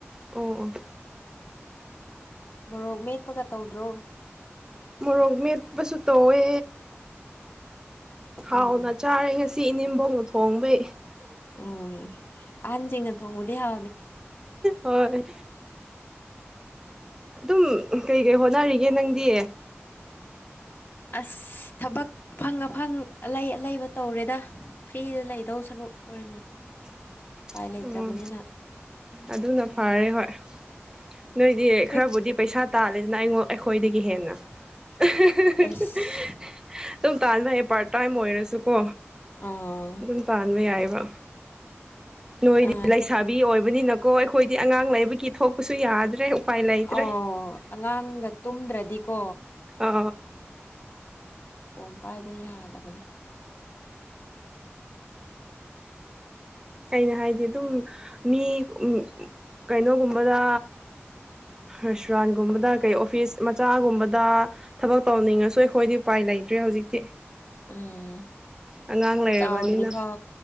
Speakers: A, on the right; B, on the left.
A: ꯑꯣ ꯑꯣ
B: ꯃꯣꯔꯣꯛ ꯃꯦꯠꯄꯒ ꯇꯧꯗ꯭ꯔꯣ
A: ꯃꯣꯔꯣꯛ ꯃꯦꯠꯄꯁꯨ ꯇꯧꯋꯦ ꯍꯥꯎꯅ
B: ꯎꯝ
A: ꯆꯥꯔꯦ ꯉꯁꯤ ꯏꯅꯤꯡꯕꯧꯅ ꯊꯣꯡꯕꯩ
B: ꯎꯝ ꯑꯟꯖꯤꯡꯅ ꯊꯣꯡꯉꯗꯦ ꯌꯥ
A: ꯍꯣꯏ ꯑꯗꯨꯝ ꯀꯩ ꯀꯩ ꯍꯣꯠꯅꯔꯤꯒꯦ ꯅꯪꯗꯤ
B: ꯑꯁ ꯊꯕꯛ ꯑꯐꯪ ꯑꯐꯪ ꯑꯂꯩ ꯑꯂꯩꯕ ꯇꯧꯔꯦꯗ ꯐ꯭ꯔꯤꯗ ꯂꯩꯗꯧ ꯁꯔꯨꯛ ꯑꯣ ꯑꯣꯏꯅ
A: <unintelligible>
B: ꯎꯄꯥꯏ ꯂꯩꯇ꯭ꯔꯕꯅꯤꯅ
A: ꯑꯣ ꯑꯗꯨꯅ ꯐꯔꯦ ꯍꯣꯏ ꯅꯣꯏꯗꯤ
B: ꯑꯩꯈꯣꯏ
A: ꯈꯔꯕꯨꯗꯤ ꯄꯩꯁꯥ ꯇꯥꯜꯂꯦꯗꯅ ꯑꯩꯉ ꯑꯩꯈꯣꯏꯗꯒꯤ ꯍꯦꯟꯅ <unintelligible>
B: ꯑꯦꯁ
A: ꯇꯥꯟꯕ ꯌꯥꯌꯦ ꯄꯥꯔꯠ ꯇꯥꯏꯝ ꯑꯣꯏꯔꯁꯨꯀꯣ
B: ꯑꯥ
A: ꯑꯗꯨꯝ ꯇꯥꯟꯕ ꯌꯥꯏꯑꯕ ꯅꯣꯏꯗꯤ
B: ꯑꯥ
A: ꯂꯩꯁꯥꯕꯤ ꯑꯣꯏꯕꯅꯤꯅꯀꯣ ꯑꯩꯈꯣꯏꯗꯤ ꯑꯉꯥꯡ ꯂꯩꯕꯒꯤ ꯊꯣꯛꯄꯁꯨ ꯌꯥꯗ꯭ꯔꯦ ꯎꯄꯥꯏ ꯂꯥꯏꯇ꯭ꯔꯦ
B: ꯑꯣ ꯑꯉꯥꯡꯒ ꯇꯨꯝꯗ꯭ꯔꯗꯤꯀꯣ
A: ꯑ
B: ꯄꯣꯝ ꯄꯥꯏꯗ ꯌꯥꯗꯕꯅꯦ
A: ꯀꯩꯅ ꯍꯥꯏꯗꯤ ꯑꯗꯨꯝ ꯃꯤ ꯎ ꯀꯩꯅꯣꯒꯨꯝꯕꯗ ꯔꯦꯁꯇꯨꯔꯥꯟꯒꯨꯝꯕꯗ ꯀꯩ ꯑꯣꯐꯤꯁ ꯃꯆꯥꯒꯨꯝꯕꯗ ꯊꯕꯛ ꯇꯧꯅꯤꯡꯉꯁꯨ ꯑꯩꯈꯣꯏꯗꯤ ꯎꯄꯥꯏ ꯂꯩꯇ꯭ꯔꯦ ꯍꯧꯖꯤꯛꯇꯤ
B: ꯎꯝ
A: ꯑꯉꯥꯡ ꯂꯩꯔꯕꯅꯤꯅ
B: ꯆꯥꯎꯗ꯭ꯔꯤꯐꯥꯎ